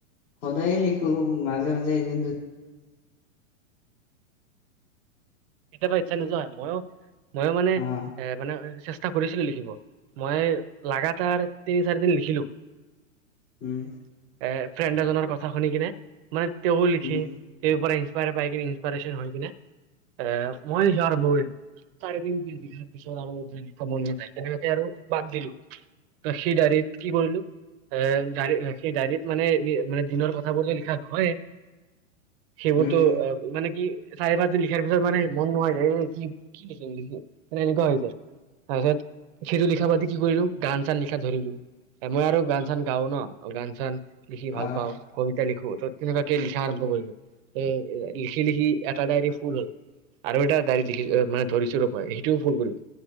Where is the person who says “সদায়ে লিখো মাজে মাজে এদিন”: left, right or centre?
Left